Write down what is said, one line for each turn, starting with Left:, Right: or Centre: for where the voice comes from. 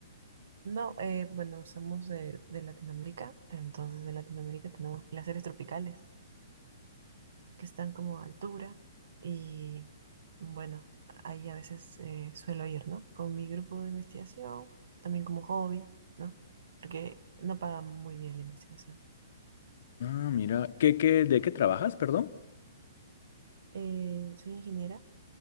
Right: No, eh, bueno, somos de, de Latinoamérica, entonces de Latinoamérica tenemos glaciares tropicales, que están como a altura, y bueno, ahí a veces eh, suelo ir, ¿no? Con mi grupo de investigación, también como hobby, ¿no? Porque no pagan muy bien la investigación.
Left: Ah, mira, ¿qué, qué, de qué trabajas, perdón?
Right: Eh, soy ingeniera,